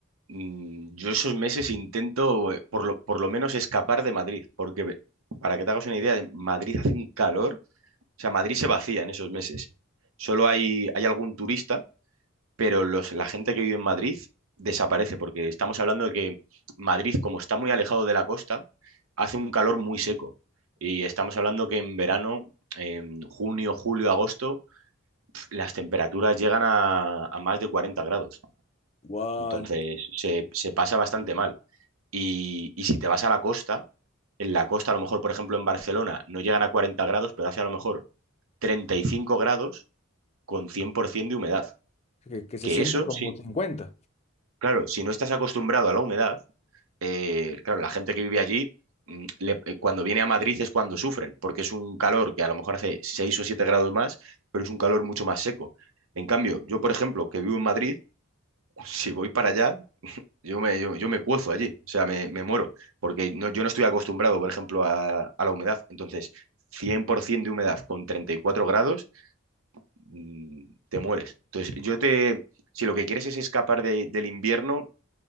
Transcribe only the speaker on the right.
Mm, Yo esos meses intento, eh, por lo, por lo menos, escapar de Madrid, porque ve- para que te hagas una idea, en Madrid hace un calor, o sea, Madrid se vacía en esos meses. Solo hay, hay algún turista, pero los, la gente que vive en Madrid desaparece, porque estamos hablando de que Madrid, como está muy alejado de la costa, hace un calor muy seco. Y estamos hablando que en verano, en junio, julio, agosto, pf, las temperaturas llegan a, a más de 40 grados.
Entonces, se se pasa bastante mal. Y, y si te vas a la costa, en la costa, a lo mejor, por ejemplo, en Barcelona, no llegan a 40 grados, pero hace a lo mejor 35 grados con 100% de humedad.
Que
eso,
sí,
claro, si no estás acostumbrado a la humedad, eh, claro, la gente que vive allí, mm, le- eh, cuando viene a Madrid es cuando sufren, porque es un calor que a lo mejor hace 6 o 7 grados más, pero es un calor mucho más seco. En cambio, yo, por ejemplo, que vivo en Madrid, <laughs> si voy para allá, Yo me, yo, yo me cuezo allí, o sea, me, me muero, porque no, yo no estoy acostumbrado, por ejemplo, a, a la humedad. Entonces, 100% de humedad con 34 grados, mm, te mueres. Entonces, yo te, si lo que quieres es escapar de- del invierno,